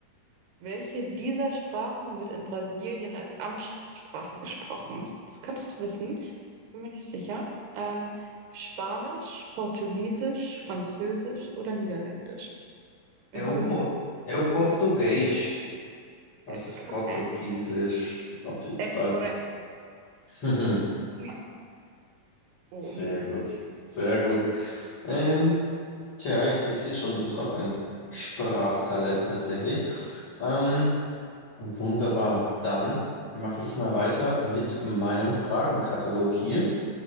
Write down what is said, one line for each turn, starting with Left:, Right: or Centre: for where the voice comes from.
Right: Welche dieser Sprachen wird in Brasilien als Amtssprache gesprochen? Das könntest du wissen, bin mir nicht sicher. Ähm, Spanisch, Portugiesisch, Französisch oder Niederländisch? In
Left: É o,
Right: Brasilien.
Left: Por- é o Português. Das
Right: That's
Left: ist
Right: correct.
Left: Portugiesisch. Auf jeden
Right: That's
Left: Fall.
Right: correct.
Left: <laughs> Mhm.
Right: Muy Oh.
Left: Sehr gut. Sehr gut. Ähm, tja, ich, ich sehe schon, du bist auch ein Sprachtalent tatsächlich. Ähm, Wunderbar. Dann mache ich mal weiter mit meinem Fragenkatalog hier.